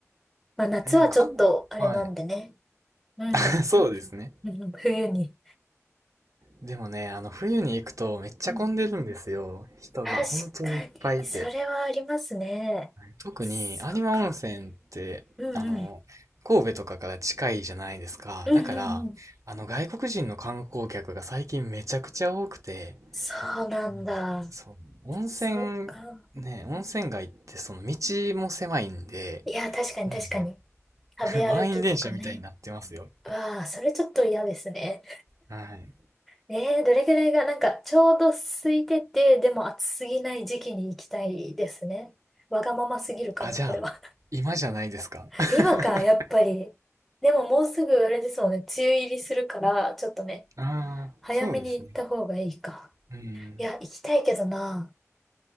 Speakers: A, in the centre; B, on the right.
A: まあ夏はちょっとあれなんでね。
B: ねえ、かんはい。
A: うん。
B: <laughs> そうですね。
A: うん冬に。
B: でもね、あの、冬に行くとめっちゃ混んでるんですよ。
A: うん。
B: 人が本当にいっぱいいて。
A: 確かに、それはありますね。
B: 特に有馬温泉って、
A: そうか。うんうん。
B: あの、神戸とかから近いじゃないですか。
A: うんうんうん。
B: だから、あの、外国人の観光客が最近めちゃくちゃ多くて、
A: そうなんだ。
B: うんそう、温泉、
A: そうか。
B: ね、温泉街ってその道も狭いんで、
A: いや、確かに確かに。
B: もうね
A: 食べ歩きとかね。
B: <laughs> 満員電車みたいになってますよ。
A: わあ、それちょっと嫌ですね。
B: はい。
A: えー、どれぐらいが、なんか、ちょうど空いてて、でも暑すぎない時期に行きたいですね。わがまますぎるかな、
B: あ、じゃあ、
A: これは。
B: 今じゃないですか。
A: <laughs>
B: <laughs>
A: 今か、やっぱり。でももうすぐ、あれですもんね、梅雨入りするから、ちょっとね、
B: ああ、
A: 早めに行った方がいいか。
B: そうですね。うん。
A: いや、行きたいけどな。